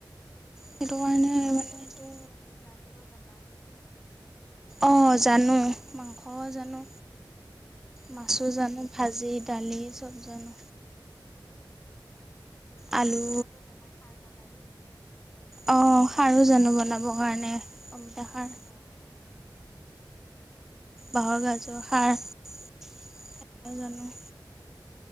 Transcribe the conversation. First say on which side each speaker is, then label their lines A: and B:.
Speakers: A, in the centre; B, on the left.
A: সেইটো কাৰণে
B: এনে তুমি
A: মানে
B: চব
A: এইটো
B: চব্জি আনি ৰান্ধিব জানা।
A: অ জানো মাংসও জানো মাছো
B: অ',
A: জানো। ভাজি দালি চব জানো।
B: অ খাৰ
A: আলু
B: টো বনাব জানা খাৰ তৰকাৰী।
A: অ খাৰো জানো বনাবৰ কাৰণে অমিতা খাৰ।
B: অ',
A: বাঁহৰ গাজৰ সাৰ সেইটো
B: অ',
A: জানো।